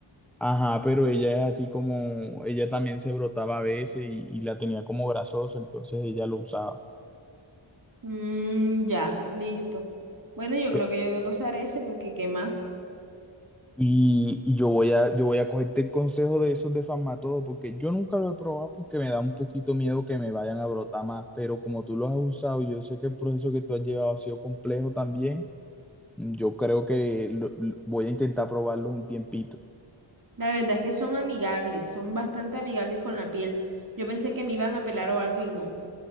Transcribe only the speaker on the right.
Mm, ya, listo. Bueno, yo
creo que yo voy a usar ese porque qué más.
La verdad es que son amigables, son bastante amigables con la piel. Yo pensé que me iban a pelar o algo y no.